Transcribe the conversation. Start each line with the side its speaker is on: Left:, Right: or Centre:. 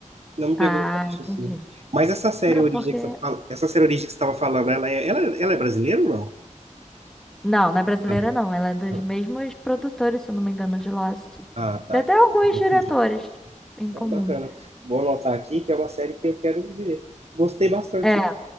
Right: Não me
Centre: Ah,
Right: pegou, tanto,
Centre: entendi.
Right: assim. Mas essa série
Centre: Não,
Right: Origem
Centre: porque.
Right: que você tava fal- essa série Origem que você estava falando, ela é, ela, ela é brasileira ou não?
Centre: Não, não é brasileira,
Right: André?
Centre: não. Ela é dos
Right: Não.
Centre: mesmos produtores, se eu não me engano, de Lost.
Right: Ah, tá.
Centre: Tem até alguns
Right: Confundi.
Centre: diretores em
Right: Então,
Centre: comum.
Right: bacana. Vou anotar aqui que é uma série que eu quero ver. Gostei bastante.
Centre: É.